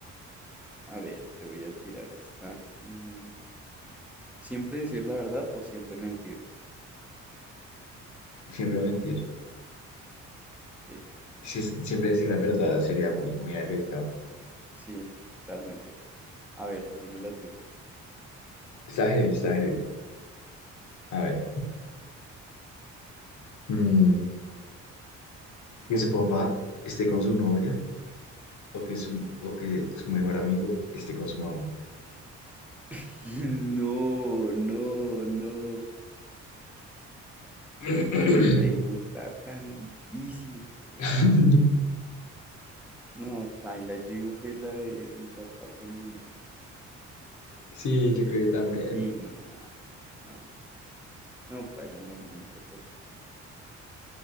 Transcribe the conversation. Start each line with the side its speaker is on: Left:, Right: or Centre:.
Centre: A ver, te voy a tirar esta. Mm, ¿Siempre decir la verdad o siempre mentir?
Left: Siempre mentir.
Centre: Sí,
Left: Sí, siempre decir la verdad sería muy, muy arriesgado.
Centre: sí, totalmente. A ver, dímela tú.
Left: Está heavy, está heavy. A ver. mm, que su papá esté con su novia o que su, o que su mejor amigo esté con su mamá.
Centre: <laughs> No, no, no.
Left: <clears throat>
Centre: Uy, qué pregunta tan difícil, perro.
Left: <laughs>
Centre: No, paila, yo digo que la de mi papá con mi novia.
Left: Sí, yo creo que también.
Centre: Sí, no, nada, nada. No, paila, mi mamá no se toca.